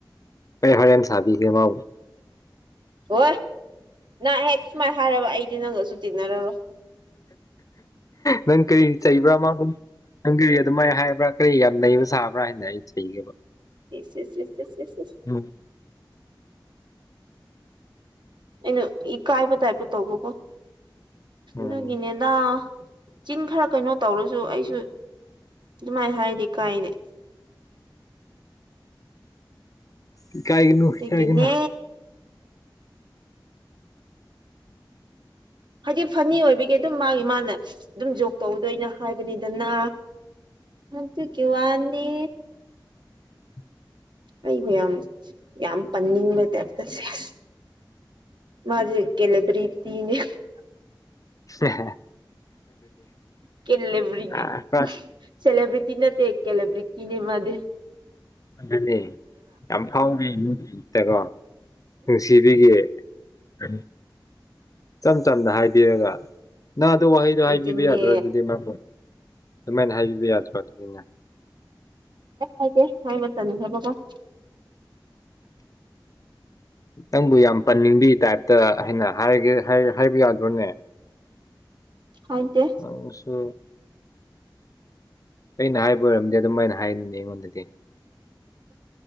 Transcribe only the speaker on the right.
ꯋꯣꯏ ꯅꯪ ꯍꯦꯛ ꯁꯨꯃꯥꯏꯅ ꯍꯥꯏꯔꯕ ꯑꯩꯗꯤ ꯅꯪꯒꯁꯨ ꯇꯤꯟꯅꯔꯔꯣꯏ
ꯏꯁ ꯏꯁ ꯏꯁ ꯏꯁ ꯏꯁ ꯏꯁ
ꯑꯩꯅ ꯏꯀꯥꯏꯕ ꯇꯥꯏꯞꯇ ꯇꯧꯕꯀꯣ
ꯑꯗꯨꯒꯤꯅꯤꯗ ꯆꯤꯟ ꯈꯔ ꯀꯩꯅꯣ ꯇꯧꯔꯁꯨ ꯑꯩꯁꯨ ꯑꯗꯨꯃꯥꯏꯅ ꯍꯥꯏꯗꯤ ꯀꯥꯏꯅꯦ
ꯑꯗꯨꯒꯤꯅꯦ
ꯍꯥꯏꯗꯤ ꯐꯅꯤ ꯑꯣꯏꯕꯒꯤ ꯑꯗꯨꯝ ꯃꯥꯒꯤ ꯃꯥꯅ ꯑꯗꯨꯝ ꯖꯣꯛ ꯇꯧꯗꯣꯏꯅ ꯍꯥꯏꯕꯅꯤꯗꯅ
ꯑꯇꯨ ꯀꯤ ꯋꯥꯅꯤ
ꯑꯩꯕꯨ ꯌꯥꯝ ꯌꯥꯝ ꯄꯟꯅꯤꯡꯕ ꯇꯥꯏꯞꯇ ꯁꯦꯁ ꯃꯥꯖꯤ ꯀꯦꯂꯦꯕ꯭ꯔꯤꯇꯤꯅꯦ
ꯀꯦꯂꯕꯔꯤꯒ
ꯁꯦꯂꯦꯕ꯭ꯔꯤꯇꯤ ꯅꯠꯇꯦ ꯀꯦꯂꯦꯕ꯭ꯔꯤꯇꯤꯅꯤ ꯑꯗꯦ
ꯅꯨꯡꯊꯤꯟꯅꯦ
ꯍꯥꯏꯦ ꯍꯥꯏꯕꯠꯇꯅꯤ ꯈꯄ ꯀ <inaudible>
ꯍꯥꯏꯗꯦ